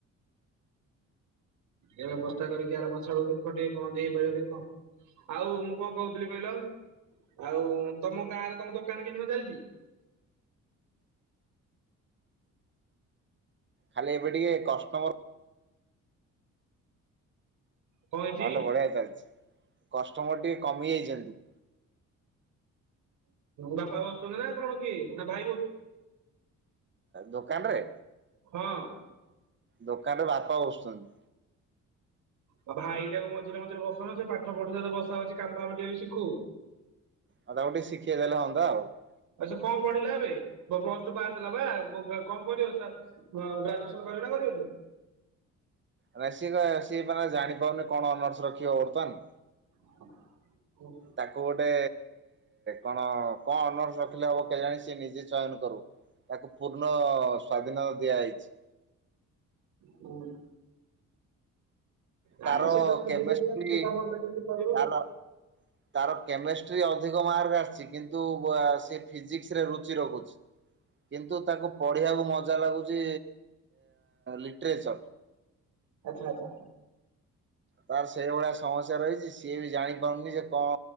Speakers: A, on the right (about 75°); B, on the right (about 40°).
A: ଏବେ ବ୍ୟବସ୍ଥା କରିକି ଆର ମାସ ଆଡ଼କୁ ଦେବେ। <unintelligible> ଦୁଖ ଟିକେ କଣ ଦେଇ ହେଇପାରିବ ଦେଖ ଆଉ ମୁଁ କଣ କହୁଥିଲି କହିଲ। <unintelligible> ଆଉ ତମ ଗାଁ ରେ ତମ ଦୋକାନ କେମିତି କଣ ଚାଲିଛି।
B: ଖାଲି ଏବେ ଟିକେ କଷ୍ଟମର।
A: କଣ ହେଇଛି
B: ନହେଲେ ବଢିଆ ଚାଲିଛି। କଷ୍ଟମର ଟିକେ କମିଯାଇଛନ୍ତି।
A: ବାପା ବସୁଛନ୍ତି ନା କଣ କି ନା ଭାଇ ବସୁଛି।
B: ଦୋକାନରେ।
A: ହଁ।
B: ଦୋକାନରେ ବାପା ବସୁଛନ୍ତି।
A: ଆଉ ଭାଇଟାକୁ ମଝିରେ ମଝିରେ ବସଉନ ସେ ପାଠ ପଢୁ ଯେ ବସାବସି କାମ ଫାମ ଟିକେ ଶିଖୁ। <unintelligible>
B: ଆଉ ତାକୁ ଟିକେ ଶିଖେଇଦେଲେ ହଅନ୍ତା ଆଉ। <unintelligible>
A: ଆଛା କଣ ପଢିଲା ଏବେ ପ୍ଲସ ଟୁ ପାସ ହେଲା ବା କଣ କରିବ? ଗ୍ରାଜୁଏସନ କରିବେ ନା କରିବେନି।
B: ନାଇଁ ସିଏ କ ସିଏ ମାନେ ଜାଣିପାରୁନି କଣ ଅନର୍ସ ରଖିବ ବର୍ତ୍ତମାନ।
A: ହ <unintelligible>
B: ତାକୁ ଗୋଟେ କଣ କ‌ଣ ଅନର୍ସ ରଖିଲେ ହବ କେଜାଣି ସିଏ ନିଜେ ଚୟନ କରୁ। ତାକୁ ପୂର୍ଣ୍ଣ ସ୍ଵାଧୀନ ଦିଆଯାଇଛି।
A: ହୁଁ ନାଁ
B: ତାର
A: ମ ସେ <unintelligible>
B: କେମିଷ୍ଟ୍ରି
A: ସେ କରିବ
B: ତାର
A: ଆଉ।
B: ତାର କେମେଷ୍ଟ୍ରି ଅଧିକ ମାର୍କ ଆସିଚି କିନ୍ତୁ ସେ ଫିଜିକ୍ସିରେ ରୁଚି ରଖୁଛି। କିନ୍ତୁ ତାକୁ ପଢ଼ିବାକୁ ମଜା ଲାଗୁଛି ଲିଟ୍ରେଚନ୍।
A: ଆଚ୍ଛା ଆଛା
B: ତାର ସେଇଭଳିଆ ସମସ୍ୟା ରହିଛି। ସିଏ ବି ଜାଣିପାରୁନି ଯେ କଣ